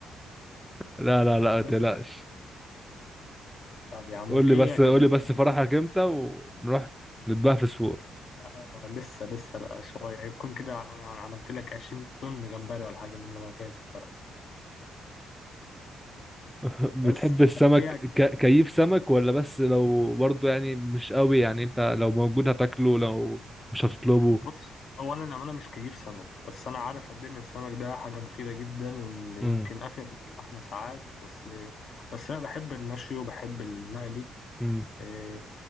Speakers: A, in the centre; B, on the left.
A: لا لا لا ما
B: بس
A: تقلقش
B: طب يا عم
A: قول
B: وفي
A: لي بس
B: أكلات
A: قول لي بس
B: تانية
A: فرحك
B: يعني
A: امتى ونروح نتبقى في سور
B: آه لسه لسه لا شوية يكون كده يعني عملت لك 20 طن جمبري ولا حاجة من لما جاي الفرح
A: <laughs> بتحب
B: بس
A: السمك
B: فيها كده
A: ك... كيف سمك ولا بس لو برضو يعني مش قوي يعني انت لو موجود هتاكله لو مش هتطلبه
B: بص هو أنا أنا مش كيف سمك بس أنا عارف قد إيه إن السمك ده حاجة مفيدة جدا وإن يمكن
A: امم
B: أفيد من اللحمة ساعات بس بس أنا بحب المشي وبحب المقلي
A: امم
B: إيه،